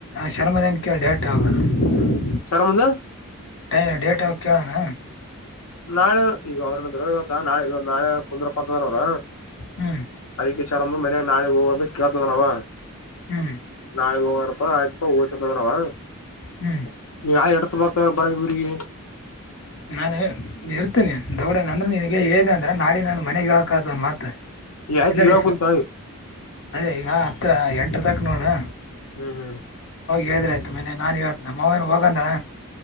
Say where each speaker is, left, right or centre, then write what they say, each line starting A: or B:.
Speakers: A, on the left (about 60°); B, on the left (about 80°).
A: ಚರ್ಮದಿನಕ್ಕೆ ಡೇಟ್ ಆಗಲ್ಲ್ ರೀ
B: ಶರ್ಮ್ದ
A: ಟೈ ಡೇಟ್ ಆಫ್ ಕೇಳನ
B: ನಾಳೆ ಈಗ ಅವ್ರಂದು ನಾಳೆ ನಾಳೆ ಕುಂದ್ರಪ್ಪತ್ವರ ಅವ್ರ
A: ಹ್ಞೂ
B: ಅ ಚರಮ್ ಮನ್ಯಾಗ ನಾಳಗ್ ಹೊದೆ ಕೇಳ್ತದ ನಾವ
A: ಹ್ಮ್
B: ರಾ ಹಾರ ಊಟ ಅವ
A: ಹ್ಮ್
B: ಜಾಯ್ ಎಡ್ತ್ ಬರ್ತವ ಬರೆ ಊರಿಗೆ
A: ನಾನು ಇರ್ತೇನಿ ದೊಡೆ ನಂದ್ರ ನನ್ಗೆ ಹೇಳ್ದ ಅಂದ್ರ ನಾಳೆ ನಾನ್ ಮನೆಗ ಹೇಳಬೇಕ್ ಒಂದ್ ಮಾತು
B: ಈ ಆಯ್ತಿು
A: ಹಿಂದಡಿ
B: ಇವ
A: ಫೋ
B: ಕುಂತ
A: ಅದೇ ಈಗ ಹತ್ರ ಎಂಟ್ರ ತನಕ ನೋಡ್ರ
B: ಹ್ಮ್ ಹ್ಮ್
A: ಹೇಳ್ದರೆ ಆಯಿತು ನಮ್ ಅವ್ವ ಏನ್ ಹೋಗು ಅಂದಾಳ